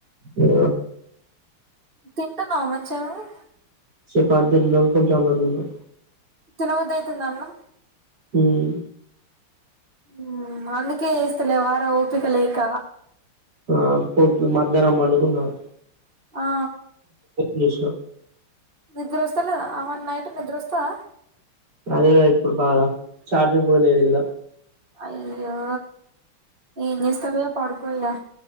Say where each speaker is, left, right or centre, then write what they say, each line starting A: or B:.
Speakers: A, on the right; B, on the right.
A: ఆ
B: తింటున్నావా మంచిగా నువ్వు
A: చపాతి తిన్న కొంచెం అన్నం తిన్న
B: తినబుద్ధి అయితుందా అన్నం
A: హ్మ్
B: హ్మ్ అందుకే చేస్తలేవారా ఓపిక లేక
A: ఆ పొద్ మధ్యాహ్నం పడుకున్నాను
B: ఆ
A: చేసిన
B: నిద్ర వస్తలేదా మరి నైట్ నిద్ర వస్తదా
A: అదే కదా ఇప్పుడు బాధ ఛార్జింగ్ కూడా లేదు ఇల్లా
B: అయ్యో ఏం చేస్తాలే పడుకోయిగా